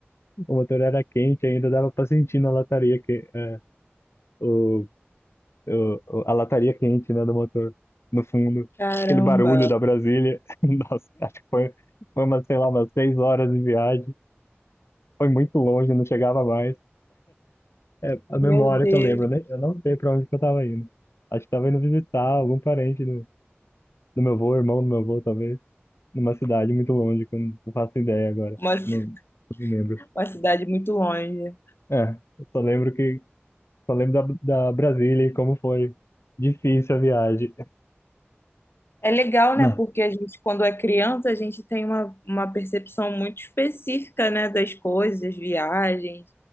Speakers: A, on the left; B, on the left.
A: O motor era quente ainda, dava pra sentir na lataria que, é, o, o, o- a lataria quente, né, do motor no fundo.
B: Caramba,
A: Aquele barulho da Brasília. <laughs> Nossa, acho que foi, foi umas, sei lá, umas seis horas de viagem. Foi muito longe, não chegava mais. É a memória
B: meu Deus.
A: que eu lembro, né? Eu não sei pra onde que eu tava indo. Acho que tava indo visitar algum parente do, do meu avô, irmão do meu avô, talvez, numa cidade muito longe, que eu não faço ideia agora.
B: Uma, ci-
A: Não, não
B: <laughs>
A: me lembro.
B: uma cidade muito longe.
A: É, eu só lembro que Só lembro da, da Brasília e como foi difícil a viagem.
B: É legal,
A: Não.
B: né? Porque a gente, quando é criança, a gente tem uma, uma percepção muito específica, né? Das coisas, viagens.